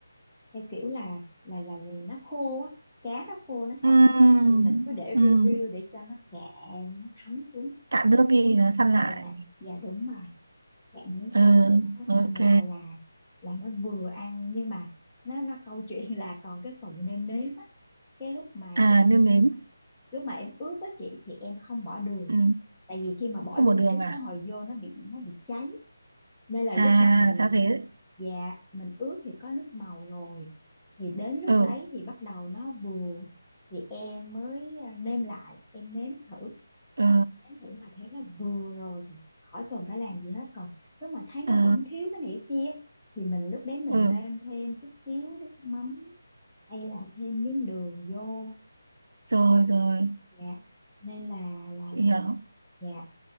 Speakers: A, in the centre; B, on the right.
A: theo kiểu là là là nó khô á cá nó khô nó săn
B: ừm,
A: á, thì mình cứ để
B: ừm.
A: riu riu để cho nó cạn nó thấm xuống
B: Cạn nước đi, nó săn lại.
A: dạ dạ đúng rồi cạn nước
B: Ừ,
A: đi nó nó nó săn
B: ok.
A: lại là là nó vừa ăn nhưng mà nó nó câu chuyện là còn cái phần nêm nếm á cái lúc mà
B: À,
A: em
B: nêm nếm.
A: lúc mà em ướp á chị thì em không bỏ đường
B: Ừ,
A: tại vì khi mà bỏ
B: không
A: đường
B: một đường
A: trước
B: à?
A: tới hồi vô nó bị nó bị cháy nên là
B: À,
A: lúc mà mình
B: giá dế.
A: mình dạ mình ướp thì có nước màu rồi thì đến lúc
B: Ừ,
A: đấy thì bắt đầu nó vừa thì em mới à, nêm lại em nếm thử
B: ừ,
A: nếm thử mà thấy nó vừa rồi thì khỏi cần phải làm gì hết còn lúc mà thấy nó
B: ừ,
A: vẫn thiếu cái này cái kia thì mình lúc đấy mình
B: ừ.
A: nêm thêm chút xíu nước mắm hay là thêm miếng đường vô
B: Rồi, rồi,
A: dạ dạ nên là là
B: chị
A: là
B: hiểu.
A: dạ